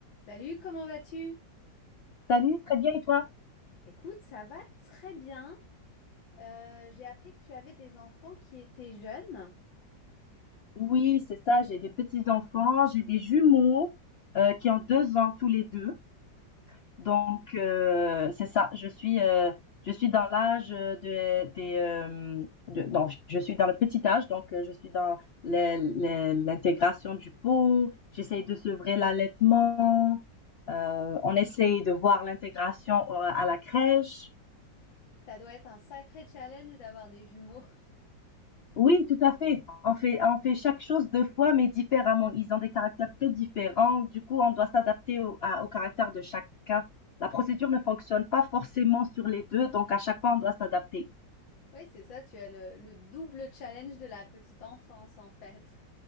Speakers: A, on the left (about 85°); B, on the left (about 65°).
A: Salut, comment vas-tu?
B: Salut, très bien et toi?
A: Écoute, ça va très bien. Euh, j'ai appris que tu avais des enfants qui étaient jeunes.
B: Oui, c'est ça, j'ai des petits-enfants, j'ai des jumeaux euh, qui ont deux ans tous les deux. Donc, euh, c'est ça, je suis, euh, je suis dans l'âge de, des... euh, de- non, je suis dans le petit âge, donc euh, je suis dans les- les- l'intégration du pot, j'essaye de sevrer l'allaitement, euh, on essaye de voir l'intégration euh, à la crèche.
A: Ça doit être un sacré challenge d'avoir des jumeaux. <laughs>
B: Oui, tout à fait. On fait on fait chaque chose 2 fois, mais différemment. Ils ont des caractères très différents. Du coup, on doit s'adapter au à au caractère de chacun. La procédure ne fonctionne pas forcément sur les 2, donc à chaque fois, on doit s'adapter.
A: Oui, c'est ça, tu as le, le double challenge de la petite enfance en fait.